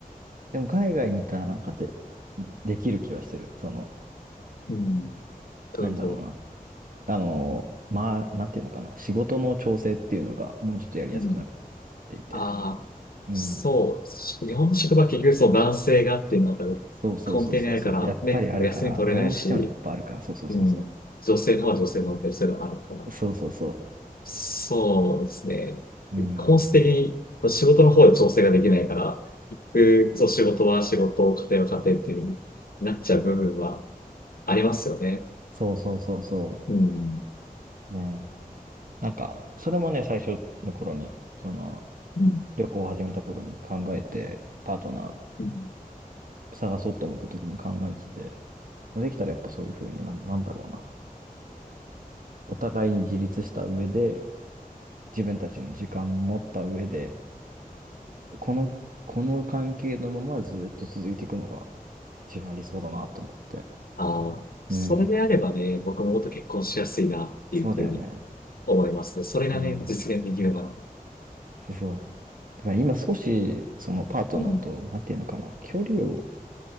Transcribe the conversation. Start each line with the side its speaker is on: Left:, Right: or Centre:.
Right: でも海外にいたらなんかで、できる気はしてる。その、
Left: うん。というと、
Right: なんだろうな。あの、まあ、なんていうのかな。仕事の調整っていうのがもうちょっとやりやすくなるっ
Left: うん。
Right: ていて。
Left: ああ、
Right: うん。
Left: そう。日本の職場は結局その男性がっていうのが多分
Right: そうそうそうそうそう。
Left: 根底にあるから、
Right: やっぱりあるから、
Left: ね、やっぱ休み取れないし、
Right: どうしてもやっぱあるから、そうそうそうそ
Left: うん。女性の方は女性のベストがあるから。
Right: う。そうそうそ
Left: そうですね。
Right: う。うん。
Left: 本質的に仕事の方で調整ができないから、行く、そう、仕事は仕事、家庭は家庭っていう風になっちゃう部分はありますよね。
Right: そうそうそうそ
Left: うん。
Right: う。ね。なんか、それもね、最初の頃に、その、
Left: うん
Right: 旅行を始めた頃に考えて、パートナ
Left: うん
Right: ー探そうと思った時に考えてて、できたらやっぱそういうふうにな、なんだろうな。お互いに自立した上で、自分たちの時間も持った上で、この、この関係のままずっと続いていくのが一番理想だなと思って。
Left: ああ、それであればね、
Right: うん。
Left: 僕ももっと結婚しやすいなっていうふうに
Right: そうだよね。
Left: 思いますね。それがね、
Right: うん。
Left: 実現できるなら。
Right: そうそう。だから今少し、そのパートナーと、
Left: うん。
Right: なんていうのかな、距離を